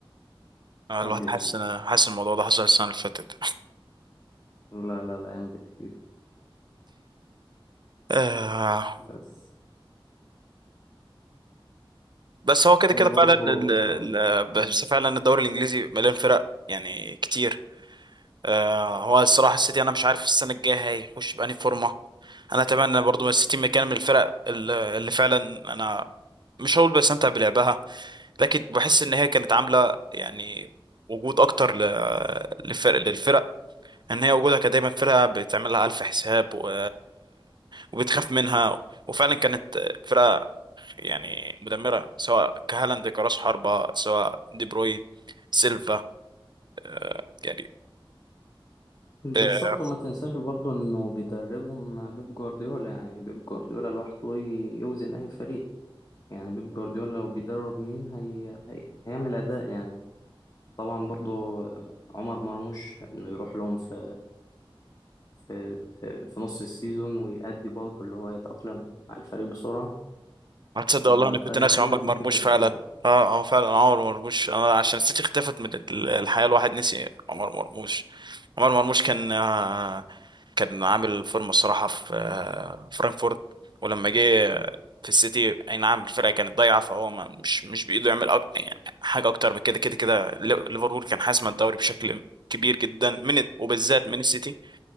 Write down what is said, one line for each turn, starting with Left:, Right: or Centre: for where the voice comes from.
Right: آه، الواحد
Left: قبل
Right: حاسس
Left: تشيلسي
Right: ان حاسس الموضوع ده حصل السنة اللي فاتت
Left: لا لا لا أيام بتهيري
Right: آه،
Left: بس
Right: بس هو كده
Left: آه،
Right: كده
Left: برضه
Right: فعلا ال... ال... بس
Left: آه،
Right: فعلا الدوري الانجليزي مليان فرق يعني كتير آه، هو الصراحة السيتي أنا مش عارف السنة الجاية هيخش بأنهي فورمة أنا أتمنى برضو من السيتي مكان من الفرق ال- اللي فعلا أنا مش هقول بستمتع بلعبها لكن بحس إن هي كانت عاملة يعني وجود أكتر ل- للفرق للفرق إن هي وجودها كان دايما فرقة بتعملها ألف حساب و... وبتخاف منها وفعلا كانت فرقة يعني مدمرة سواء كهالاند كراس حربة سواء دي بروين سيلفا آه، يعني
Left: بالظبط
Right: آه،
Left: وما تنساش برضه انه بيدربهم بيب جوارديولا يعني بيب جوارديولا لوحده ي- يوزن اي فريق يعني بيب جوارديولا لو بيدرب مين هي... هي... هيعمل اداء يعني طبعا برضه آه، عمر مرموش انه يروح لهم في في آه، في نص السيزون ويأدي برضه اللي هو يتأقلم مع الفريق بسرعة
Right: هتصدق
Left: فخلي
Right: والله انا كنت ناسي عمر مرموش
Left: ادى الفريق
Right: فعلا
Left: برضه
Right: اه اه فعلا عمر مرموش انا عشان السيتي اختفت من ال- الحياه الواحد نسي عمر مرموش عمر مرموش كان آه كان عامل فورمه الصراحه في آه فرانكفورت ولما جه في السيتي اي نعم الفرقه كانت ضايعه فهو ما مش مش بايده يعمل أك... يعني حاجه اكتر من كده كده كده ليفربول كان حاسم الدوري بشكل كبير جدا من وبالذات من السيتي